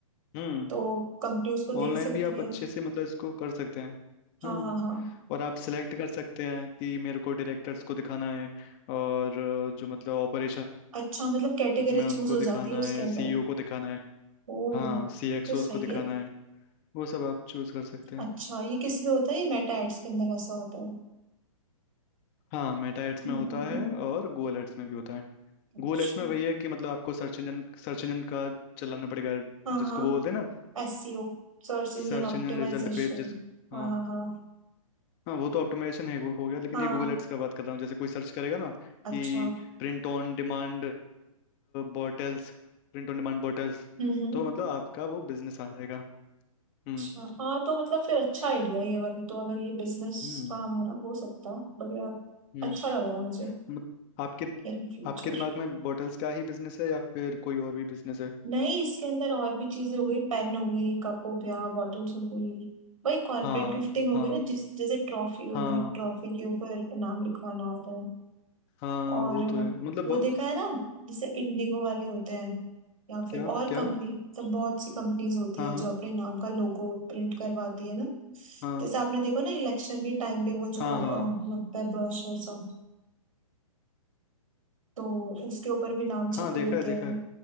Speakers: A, on the left; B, on the right.
A: हम्म
B: तो कंपनी उसको देख
A: ऑनलाइन
B: सकती
A: भी आप
B: है
A: अच्छे से मतलब इसको कर सकते हैं
B: हाँ
A: हाँ
B: हाँ हाँ
A: और आप सिलेक्ट कर सकते हैं कि मेरे को डायरेक्टर्स को दिखाना है और अ, जो मतलब ऑपरेशंस
B: अच्छा मतलब कैटेगरी
A: में उनको
B: चूज हो
A: दिखाना
B: जाती है उसके
A: है या
B: अंदर
A: सीईओ को दिखाना है
B: ओ
A: हाँ सीएक्सओस
B: तो सही
A: को दिखाना
B: है
A: है वो सब आप चूज कर सकते हैं
B: अच्छा ये किस में होता है ये मेटा एड्स के अंदर ऐसा होता है
A: हाँ मेटा एड्स
B: हम्म,
A: में होता
B: हम्म,
A: है
B: हम्म।
A: और गूगल एड्स में भी होता है
B: अच्छा
A: गूगल एड्स में वही है कि मतलब आपको सर्च इंजन सर्च इंजन का चलाना पड़ेगा
B: हाँ
A: जिसको
B: हाँ
A: बोलते हैं ना
B: S C O search engine
A: सर्च
B: optimisation
A: इंजन रिजल्ट पेज जिस हाँ
B: हाँ हाँ हाँ
A: हाँ वो तो ऑप्टिमाइजेशन है वो हो गया लेकिन
B: हाँ
A: ये गूगल एड्स का बात कर रहा हूँ जैसे कोई सर्च करेगा ना
B: अच्छा
A: कि print on demand bottles print on demand bottles
B: हम्म हम्म
A: तो मतलब आपका वो बिजनेस आ जाएगा हम्म
B: अच्छा हाँ तो मतलब फिर अच्छा आइडिया है ये वाला तो अगर ये बिजनेस
A: हम्म
B: का हमारा हो सकता बढ़िया
A: हम्म
B: अच्छा लग रहा है मुझे
A: मत- आपके
B: In future
A: आपके दिमाग में बॉटल्स का ही बिजनेस है या फिर कोई और भी बिजनेस है
B: नहीं इसके अंदर और भी चीजें हो गई पेन हो गई कप हो गया बॉटल्स हो गई वही कॉर्पोरेट
A: हाँ
B: गिफ्टिंग हो
A: हाँ
B: गई ना जिस जैसे ट्रॉफी हो
A: हाँ
B: गई ट्रॉफी के ऊपर नाम लिखवाना होता है
A: हाँ
B: और
A: वो तो है मतलब
B: वो
A: बहुत
B: देखा है ना जैसे इंडिगो वाले होते हैं या फिर
A: क्या
B: और कंपनी
A: क्या
B: सब बहुत सी कंपनीज होती
A: हाँ
B: है
A: हाँ
B: जो अपने नाम का लोगो प्रिंट करवाती है ना
A: हाँ
B: जैसे आपने देखो ना इलेक्शन के टाइम पे वो जो
A: हाँ
B: अ,
A: हाँ हाँ
B: लगता है ब्रोशर सब तो उसके ऊपर भी नाम छपे
A: हाँ देखा
B: होते
A: है देखा
B: हैं
A: है